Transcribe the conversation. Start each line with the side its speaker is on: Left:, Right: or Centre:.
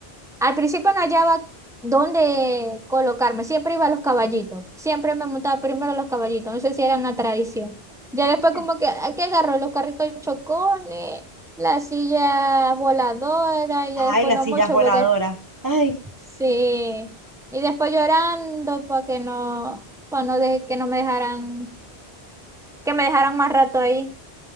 Centre: al principio no hallaba dónde colocarme, siempre iba a los caballitos, siempre me montaba primero a los caballitos, no sé si era una tradición. Ya después
Right: <laughs>
Centre: como que, aquí agarró los carritos chocones, la silla voladora, y ya
Right: Ay,
Centre: después
Right: las
Centre: no
Right: sillas
Centre: mucho
Right: voladoras.
Centre: porque
Right: Ay,
Centre: sí, y después llorando para que no, para no de- que no me dejaran, que me dejaran más rato ahí.